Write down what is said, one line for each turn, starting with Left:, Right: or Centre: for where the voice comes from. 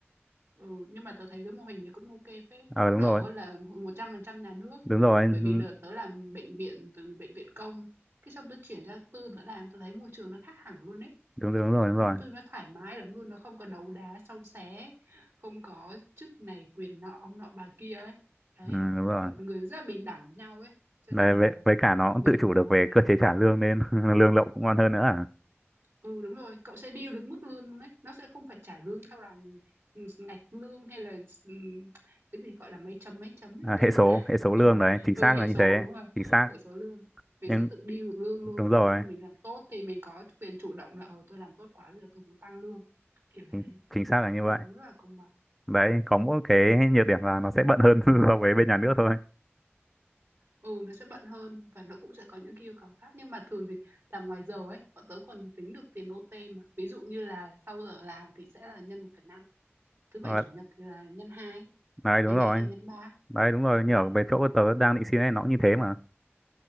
Right: Ừ, nhưng mà tớ thấy cái mô hình đấy cũng ok phết.
Centre: Ờ
Right: Cũng
Centre: đúng
Right: đỡ
Centre: rồi.
Right: hơn là 100% nhà nước.
Centre: Đúng rồi. Đúng
Right: Bởi vì đợt tớ làm bệnh viện từ bệnh viện công. Cái xong tớ chuyển ra tư tớ làm, tớ thấy môi trường nó khác hẳn luôn ấy.
Centre: đúng đúng rồi, đúng
Right: Bên
Centre: rồi.
Right: Tư nó thoải mái lắm luôn, nó không có đấu đá xâu xé, không có chức này quyền nọ, ông nọ bà kia ấy. Đấy,
Centre: Ừ, đúng rồi.
Right: mọi người rất là bình đẳng với nhau ấy, cho
Centre: Đấy,
Right: nên là
Centre: với,
Right: làm
Centre: với cả nó cũng
Right: bên
Centre: tự
Right: ngoài
Centre: chủ được
Right: khá
Centre: về
Right: thoải
Centre: cơ
Right: mái.
Centre: chế trả lương nên <laughs> lương lậu cũng ngon hơn nữa à,
Right: Ừ, đúng rồi, cậu sẽ deal được mức lương luôn đấy, nó sẽ không phải trả lương theo là ngạch lương hay là ừm, cái gì gọi là mấy chấm mấy chấm hay
Centre: à
Right: cái
Centre: hệ
Right: gì
Centre: số
Right: ta
Centre: hệ số
Right: <laughs> quên
Centre: lương
Right: rồi
Centre: đấy chính
Right: ừ
Centre: xác
Right: hệ
Centre: là như
Right: số
Centre: thế
Right: đúng rồi
Centre: chính xác
Right: hệ số lương mình
Centre: nhưng
Right: sẽ tự deal được lương luôn
Centre: đúng rồi
Right: nếu mà mình làm tốt thì mình có quyền chủ động là ờ tôi làm tốt quá bây giờ tôi muốn tăng lương kiểu đấy
Centre: chính, chính xác là như
Right: Nên
Centre: vậy
Right: là nó rất là công bằng.
Centre: đấy có mỗi cái nhược điểm là nó sẽ bận hơn <laughs> so với bên nhà nước thôi
Right: Ừ, nó sẽ bận hơn và nó cũng sẽ có những cái yêu cầu khác, nhưng mà thường thì làm ngoài giờ ấy, bọn tớ còn tính được tiền OT mà. Ví dụ như là sau giờ làm thì sẽ là nhân 1,5, thứ Bảy,
Centre: Ờ,
Right: Chủ nhật thì là nhân 2,
Centre: đấy đúng
Right: ngày
Centre: rồi
Right: lễ thì nhân 3,
Centre: đấy đúng rồi như
Right: ừ,
Centre: ở
Right: đấy.
Centre: về chỗ tớ đang định xin ấy nó cũng như thế mà